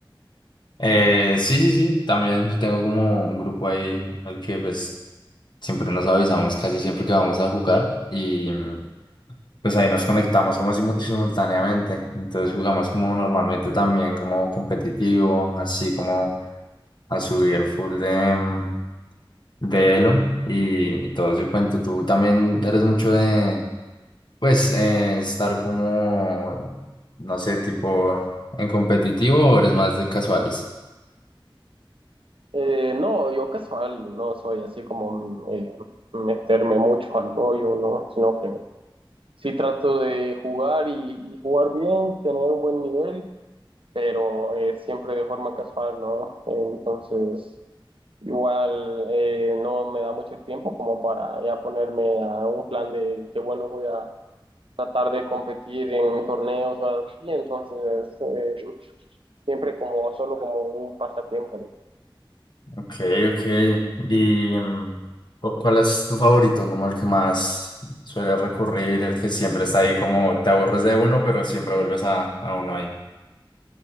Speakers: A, on the left; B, on the right.
A: Eh, sí, sí, sí, también yo tengo como un grupo ahí al que pues siempre nos avisamos casi siempre que vamos a jugar y mm, pues ahí nos conectamos como simu- simultáneamente, entonces jugamos como normalmente también como competitivo, así como a subir full de, mm, de elo y, y todo ese cuento. Tú también eres mucho de pues eh, estar como, no sé, tipo en competitivo o eres más de casuales.
B: Eh, no, yo casual, no soy así como mm, eh, meterme mucho al rollo, ¿no? Sino que Sí trato de jugar y, y jugar bien, tener un buen nivel, pero eh, siempre de forma casual, ¿no? Entonces, igual eh, no me da mucho el tiempo como para ya ponerme a un plan de que, bueno, voy a tratar de competir en torneos o así, entonces eh, siempre como solo como un pasatiempo. ¿no?
A: Ok, ok. ¿Y mm, cu- cuál es tu favorito? Como el que más suele recurrir, el que siempre está ahí, como te aburres de uno, pero siempre vuelves a, a uno ahí.